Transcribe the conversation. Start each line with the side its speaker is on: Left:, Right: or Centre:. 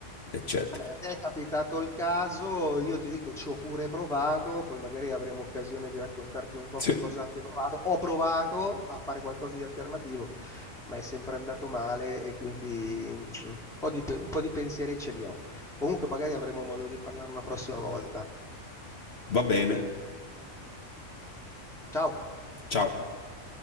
Left: eccetera.
Centre: Vabbè, a te è capitato il caso, io ti dico ci ho pure provato, poi magari avremo occasione di raccontarti un po'
Left: Sì,
Centre: che cosa ho anche provato. Ho provato a fare qualcosa di alternativo, ma è sempre andato male e quindi mm, un po' di, pe- un po' di pensieri ce li ho. Comunque magari avremo modo di parlare una prossima volta.
Left: va bene.
Centre: Ciao!
Left: Ciao.